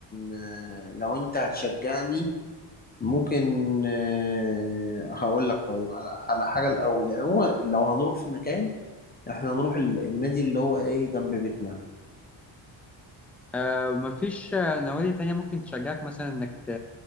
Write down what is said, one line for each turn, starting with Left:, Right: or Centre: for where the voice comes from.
Left: آه، لو انت هتشجعني ممكن آه، هقول لك طيب على على حاجة الأول يعني هو لو هنروح في مكان احنا هنروح ال- النادي اللي هو ايه جنب بيتنا
Centre: آه مفيش آه، نوادي تانية ممكن تشجعك مثلا إنك ت...